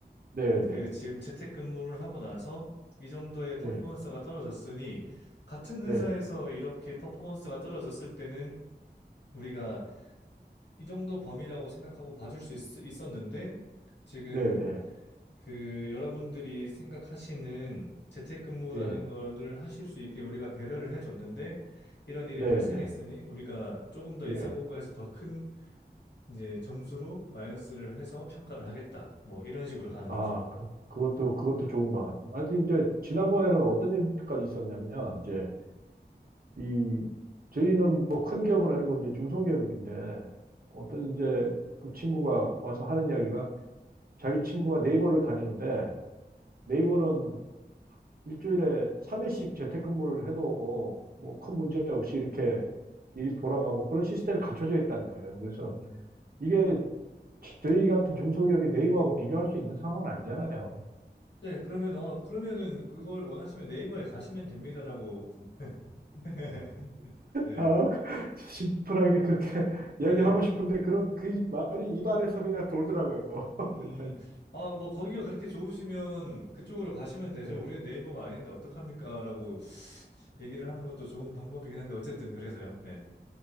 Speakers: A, on the right; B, on the left.
A: 네,
B: 그
A: 네,
B: 지금 재택근무를 하고 나서 이 정도의 퍼포먼스가
A: 네,
B: 떨어졌으니 같은
A: 네,
B: 회사에서 이렇게 퍼포먼스가 떨어졌을 때는 우리가 이 정도 범위라고 생각하고 봐줄 수 있, 있었는데 지금
A: 네, 네,
B: 그 여러분들이 생각하시는 재택근무라는
A: 예,
B: 거를 하실 수 있게 우리가 배려를 해줬는데 이런 일이
A: 네,
B: 발생했으니
A: 네,
B: 우리가 조금 더
A: 예.
B: 인사공과에서 더 큰 이제 점수로 마이너스를 해서 평가를 하겠다. 뭐 이런 식으로 가는
A: 아,
B: 거죠.
A: 그, 그것도, 그것도 좋은 방안이에요. 하여튼 이제 지난번에는 어떤 얘기까지 있었냐면, 이제 이, 저희는 뭐 큰 기업은 아니고 이제 중소기업인데, 어떤 이제 그 친구가 와서 하는 이야기가 자기 친구가 네이버를 다니는데, 네이버는 일주일에 3일씩 재택근무를 해도 뭐 큰 문제 없이 이렇게 일이 돌아가고 그런 시스템이 갖춰져 있다는 거예요. 그래서
B: 음.
A: 이게 저희 같은 중소기업이 네이버하고 비교할 수 있는 상황은 아니잖아요.
B: 네, 그러면 어 그러면은 그걸 원하시면 네이버에 가시면 됩니다라고. <laughs> 네.
A: 아, 그- <laughs> 심플하게 그렇게 <laughs>
B: 네.
A: 이야기하고 싶은데 그런 그 말이 입안에서 그냥 돌더라고요.
B: 음.
A: <laughs>
B: 아, 뭐 거기가 그렇게 좋으시면 그쪽으로 가시면 되죠.
A: 네.
B: 우리는 네이버가 아닌데 어떡합니까라고 얘기를 하는 것도 좋은 방법이긴 한데 어쨌든 그래서요. 네.